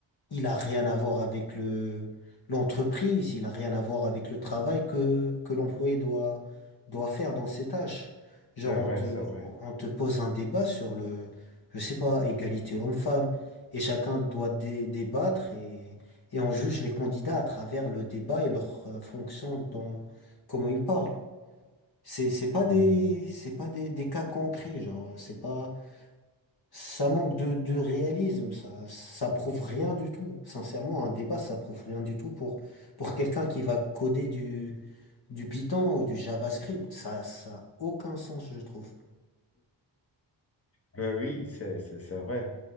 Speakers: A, on the left; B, on the left.
A: il a rien à voir avec le, l'entreprise, il a rien à voir avec le travail que, que l'employé doit, doit faire dans ses tâches. Genre,
B: C'est
A: on
B: vrai,
A: te,
B: c'est vrai.
A: on te pose un débat sur le, je sais pas, égalité homme-femme, et chacun doit dé- débattre et, et on juge les candidats à travers le débat et leur euh, fonction dans comment ils parlent. C'est, c'est pas
B: Oui.
A: des, c'est pas des, des cas concrets, genre, c'est pas, ça manque de, de réalisme, ça, ça prouve rien du tout. Sincèrement, un débat, ça prouve rien du tout pour, pour quelqu'un qui va coder du, du Python ou du JavaScript. Ça, ça a aucun sens, je trouve.
B: Ben oui, c'est, c'est, c'est vrai.